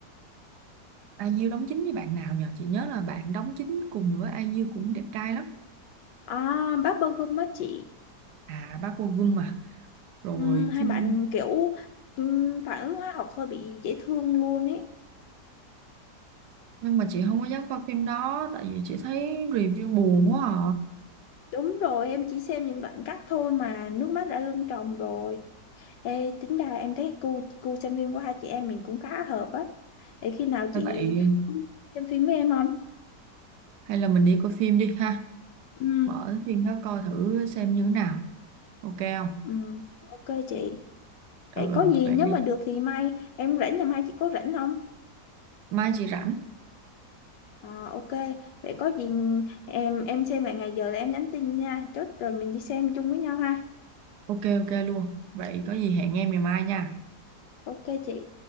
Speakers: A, on the right (about 75°); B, on the left (about 85°).
A: IU đóng chính với bạn nào nhờ chị nhớ là bạn đóng chính cùng với IU cũng đẹp trai lắm
B: À, Bubble Gum á chị.
A: à bác vô gum mà rồi
B: Ừ, hai
A: Kim
B: bạn kiểu ừ, phản ứng hóa học hơi bị dễ thương luôn ấy.
A: nhưng mà chị không có dám coi phim đó tại vì chị thấy review buồn quá à
B: Đúng rồi, em chỉ xem những đoạn cắt thôi mà nước mắt đã lưng tròng rồi. Ê, tính ra em thấy gu gu xem phim của hai chị em mình cũng khá hợp á. Để khi nào
A: hay
B: chị
A: vậy
B: cũng xem phim với em không?
A: hay là mình đi coi phim đi ha
B: Ừ,
A: mở cái phim đó coi thử xem như thế nào ok không
B: ừ, ok chị.
A: ừ
B: Vậy
A: ừ
B: có gì
A: vậy
B: nếu
A: đi
B: mà được thì mai em rảnh là mai chị có rảnh không?
A: mai chị rảnh
B: Ờ, ok. Vậy có gì em em xem lại ngày giờ là em nhắn tin nha. Chốt rồi mình đi xem chung với nhau ha.
A: ok ok luôn vậy có gì hẹn em ngày mai nha
B: Ok chị.